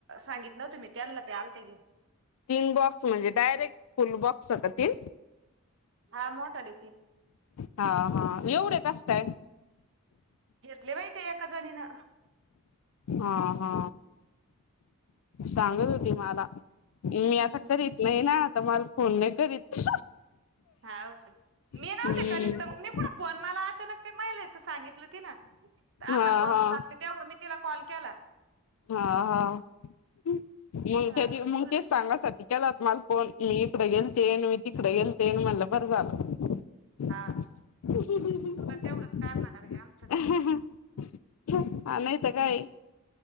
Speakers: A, on the right (about 55°); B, on the left (about 70°).
A: सांगितलं तुम्ही. त्यालं ते आलत घे.
B: तीन बॉक्स म्हणजे डायरेक्ट फुल बॉक्स होत तीन.
A: हा मोठाले ती
B: हा हा एवढे कस्टाय.
A: घेतले बाई ते एका जणीनं.
B: हा हा सांगत होती मला. मी आता
A: हम्म
B: करीत नाही ना आता मला फोन नाही करीत.
A: हा का मी
B: हम्म
A: नव्हते करीत तर मग मी को फोन मला आता ना ते महिलाच सांगितलं तिनं. आम्हाला
B: हा
A: बॉक्स
B: हा
A: लागते तेव्हा मी तिला कॉल केला.
B: हा हा मग
A: तर
B: त्या
A: आपलं
B: दि मग
A: कुठं
B: तेच सांगासाठी. केला मला फोन मी इकडें गेलते अन मी तिकडें गेलते अन म्हणलं बरं झालं. <unintelligible>
A: हा. तुला तेवढंच काय म्हणावे आमचं काय
B: अ नाही तर काये.